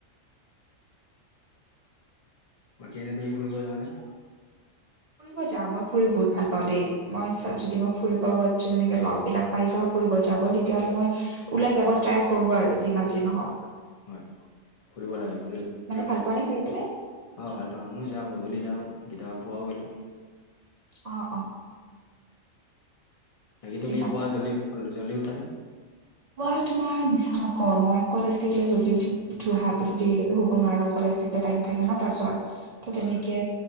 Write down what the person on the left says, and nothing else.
বাকী এনে তুমি ফুৰিব যুৱানে?
হয়
হয় ফুৰিব লাগে ফুৰি
<unintelligible>
অ'! ভাল পাওঁ। মই যাওঁ, গধূলি যাওঁ। কেতিয়াবা, পুৱাও গলোঁ।
বাকী,
তুমি
পুৱা জল্দি, জল্দি উঠানে?
হয়
হয়